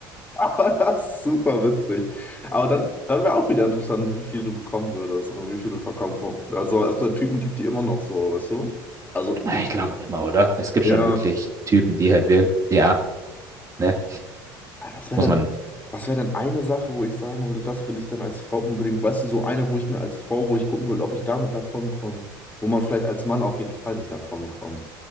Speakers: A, on the left (about 15°); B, on the right (about 30°).
A: Aber das ist super witzig. Aber dann, dann wäre auch wieder interessant, wie viel du bekommen würdest und wie viel du verkaufen. Also, es gibt Typen gibt, die immer noch so, weißt du? Also,
B: Ah, Ich glaube immer, oder? Es gibt
A: ja.
B: schon wirklich Typen, die halt wir, ja, ne,
A: Ah, Was wäre
B: muss
A: dann,
B: man.
A: was wär dann eine Sache, wo ich sagen würde, das will ich dann als Frau unbedingt, weißt du, so eine, wo ich mir als Frau, wo ich gucken will, ob ich damit davonkomme, wo man vielleicht als Mann auf jeden Fall nicht davonkommt.